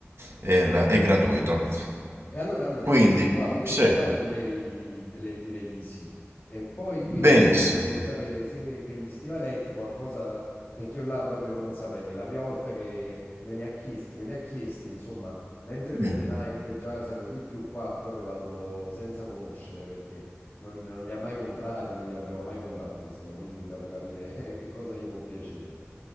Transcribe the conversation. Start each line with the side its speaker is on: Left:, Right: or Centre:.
Right: è la-
Left: Eh,
Right: è gratuito.
Left: la ringrazio. E allora, allora,
Right: Quindi,
Left: queste qua, queste
Right: sì,
Left: qua le direi, le direi di sì. E poi invece
Right: benissimo.
Left: volevo sapere se per gli stivaletti qualcosa, perché io là proprio non saprei. La prima volta che me li ha chiesti, me li ha chiesti, insomma, mentre per
Right: Mm.
Left: le Nike già sapevo di più, qua proprio vado senza conoscere perché non, non li ha mai comprati, non gliel'abbiamo mai comprati, insomma, quindi dobbiamo capire <laughs> che cosa gli può piacere.